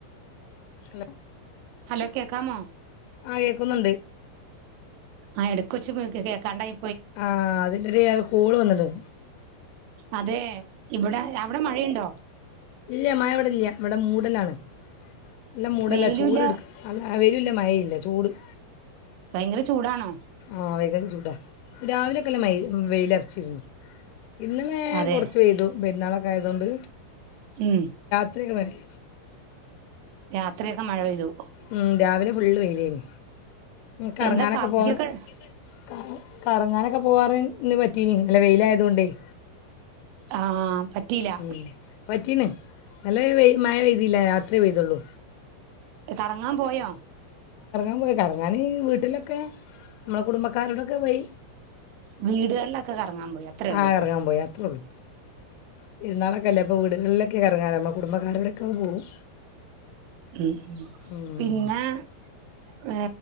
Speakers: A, on the left (about 85°); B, on the right (about 80°).
A: hello
B: hello കേക്കാമോ?
A: ആഹ് കേക്കുന്നുണ്ട്
B: ആഹ് എടക്ക് വെച്ച് കേൾക്കണ്ടായി
A: ആഹ് അത് കോള് വന്നിട്-
B: അതെ ഇവിടെ അവിടെ മഴയുണ്ടോ
A: ഇല്ല മഴ ഇവിടെ ഇല്ല ഇവിടെ മൂടലാണ് നല്ല മൂടലാ
B: വെയിലുല്ല
A: ചൂട് ഇട് അല്ല ആ വെയിലും ഇല്ല മയയില്ല ചൂട്-
B: ഭയങ്കര ചൂടാണോ
A: ആ <unintelligible> ടാ രാവിലെ ഒക്കല്ല മയ് വെയിലൊറച്ചിരുന്നു ഇന്നനെ
B: അതെ
A: കുറച്ച് പെയ്തു പെരുന്നാള് ആയതുകൊണ്ട്
B: ഉം
A: ത്രിക്കെ മയാര്ന്ന്
B: രാത്രിയൊക്കെ മഴപെയ്തു
A: ഉം രാവിലെ ഫുള്ള് വെയിലേനിം കറങ്ങാനൊക്കെ
B: എന്താ കാപ്പിക്കൊക്കെ
A: പോണ് - കറങ്ങാനൊക്കെ പോവാറ് ഇന്ന് പറ്റീനിം നല്ല വെയില് ആയതോണ്ടേയ്
B: ആ പറ്റീലാ-
A: ഉം പറ്റീണ് നല്ല വെയ് മഴ പെയ്തില്ല രാത്രിയെ പെയ്തൊള്ളൂ
B: കറങ്ങാം പോയോ?
A: <unintelligible> ഞാന് വീട്ടിലൊക്കെ നമ്മളെ കുടുംബക്കാരോടൊക്കെ പോയി
B: വീടുകളിലൊക്കെ കറങ്ങാം പോയി അത്രേഉള്ളു-
A: ആ കറങ്ങാൻ പോയി അത്രേ ഉള്ളൂ പെരുന്നാളൊക്കെ അല്ലേ അപ്പൊ വീടുകളിലെ ഒക്കെ കറങ്ങാനമ്മ കുടുംബക്കാരടെക്കെ പോവും-
B: ഉം
A: ഉം.
B: പിന്ന- ഏ